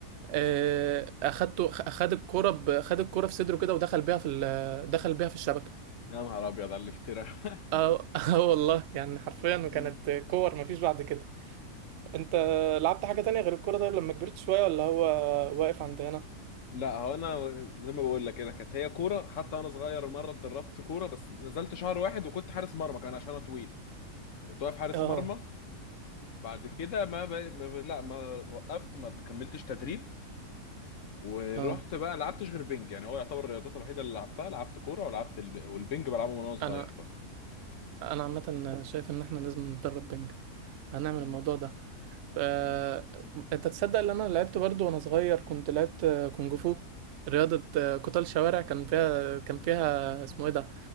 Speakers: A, on the right; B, on the left.
A: آه، اخدته اخد الكورة ب- خد الكورة في صدره كده ودخل بيها في ال- دخل بيها في الشبكة
B: يا نهار ابيض على الافتراء <laughs>
A: اه <laughs> آه والله يعني حرفيا
B: مم.
A: كانت كور مفيش بعد كده انت لعبت حاجة تانية غير الكورة طيب لما كبرت شوية ولا هو واقف عند هنا
B: لا هو انا زي ما بقول لك كده كانت هي كوره حتى انا صغير مره اتدربت كوره بس نزلت شهر واحد وكنت حارس مرمى كمان عشان انا طويل وكنت واقف حارس
A: اه
B: مرمى بعد كده ما, ب... ما ب... لا ما وقفت ما كملتش تدريب ورحت
A: اه
B: بقى لعبتش غير بينج يعني هو يعتبر الرياضات الوحيده اللي لعبتها لعبت كوره ولعبت الب... والبينج بلعبه من وانا صغير
A: انا
B: بقى
A: انا عامة شايف ان احنا لازم نتدرب بنج هنعمل
B: مم.
A: الموضوع ده آه، انت تصدق ان انا لعبت برضو وانا صغير كنت لعبت آه، كونج فو رياضة آه، قتال شوارع كان فيها كان فيها اسمه ايه ده